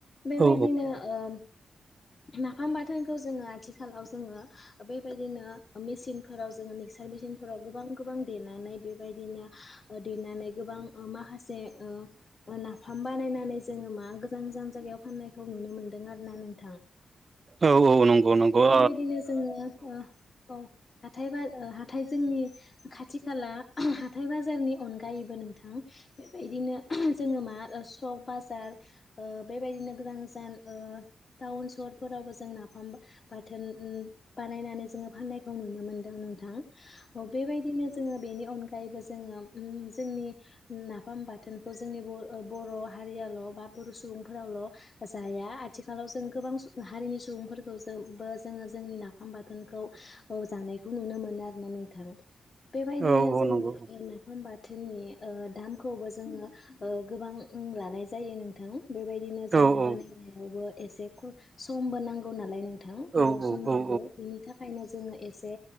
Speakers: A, on the left; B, on the right.
A: बेबायदिनो
B: औ
A: ओ नाफाम बाथोनखौ जोङो आथिखालाव जोङो बेबायदिनो मेसिनफोराव जोङो मिक्सार मेसिनफोराव गोबां गोबां देनानै बेबायदिनो ओ देनानै गोबां। ओ माखासे ओ ओ नाफाम बानायनानै जोङो मा गोजान-गोजान जायगायाव फाननायखौ नुनो मोन्दों आरो ना नों
B: औ-औ नंगौ-नंगौ।
A: बेबायदिनो जोङो ओ औ। हाथाय बा ओ हाथाय जोंनि खाथि खाला हाथाय बाजारनि अनगायैबो नोंथां। बेबायदिनो जोङो मा ओ सक बाजार ओ बेबायदिनो गोदान गोजान ओ टाउन सहरफोरावबो जों नाफाम बाथोन उम बानायनानै जोङो फाननायखौ नुनो मोनदों नोंथां। औ बेबायदिनो जोङो बेनि अन गायैबो जोङो उम जोंनि नाफाम बाथोनखौ जोंनि ओ बर' हारियाल' बा बर' सुबुंफोरावल' जाया आथिखालाव जों गोबां सु हारिनि सुबुंफोरखौ जो <unintelligible> बो जोङो जोंनि नाफाम बाथोनखौ जानायखौ नुनो मोनो आरोोना नोंथां। बेबायदिनो
B: औ औ
A: जोङो
B: नंगौ
A: नाफाम बा थोननि ओ दामखौबो जोङो ओ गोबां लानाय जायो नोंथां। बेबायदिनो
B: औ
A: जोंना
B: औ
A: बानायनायावबो एसे समबो नांगौ नालाय नों थां गोबाव
B: औ
A: सम
B: औ
A: नांगौ बिनि थाखायनो जोङो एसे